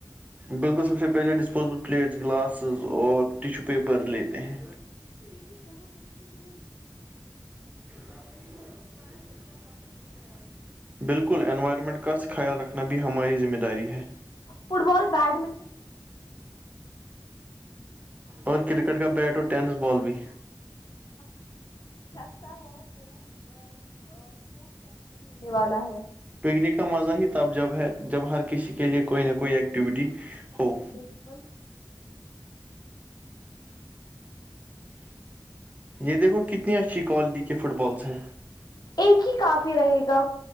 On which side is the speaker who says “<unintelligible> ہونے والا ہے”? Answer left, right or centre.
Left